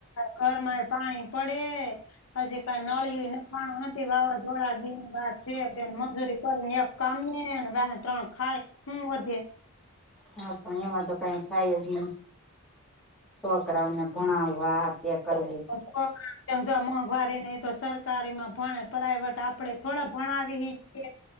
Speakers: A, on the left (about 70°); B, in the centre.
A: ઘરમાં એ પાણી પડે હજી કઈ નળિયું નખાણુ નથી વાવઝોડાના દી વાત છે બેન મજૂરી કરીને એક કામીયે વાહે ત્રણ ખાય હું વધે
B: હ પણ એમાં તો કાંઇ થાય જ નહી. છોકરાઓને ભણાવવા આ તે કરવું
A: <unintelligible> જો મોંઘવારી નહી તો સરકારી માં ભણે પ્રાાઈવેટ આપડે થોડા ભણાવી હીકયે